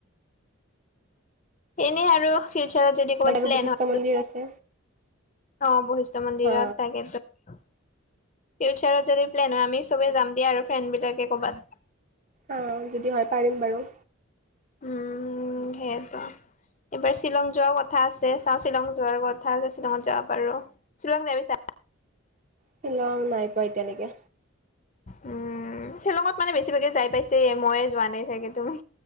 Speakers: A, on the left; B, on the right.
A: এনে আৰু ফিউচাৰত যদি
B: বাকী
A: ক'ৰবাত
B: আৰু
A: প্লেন
B: বশিষ্ঠ
A: হয়
B: মন্দিৰ
A: আৰু
B: আছে।
A: অ বশিষ্ঠ মন্দিৰত
B: হা,
A: থাকেতো ফিউচাৰত যদি প্লেন হয় আমি সবেই যাম দিয়া আৰু ফ্ৰেণ্ডবিলাকে ক'ৰবাত।
B: অ যদি হয় পাৰিম বাৰু।
A: উম সেইটো। এইবাৰ শ্বিলং যোৱাৰ কথা আছে চাওঁ শ্বিলং যোৱাৰ কথা আছে শ্বিলঙত যাব পাৰো। শ্বিলং যাই পাইছা?
B: শ্বিলং নাই পোৱা এতিয়ালৈকে।
A: উম শ্বিলঙত মানে বেছিভাগে যাই পাইছে, মইয়ে যোৱা নাই চাগে তুমি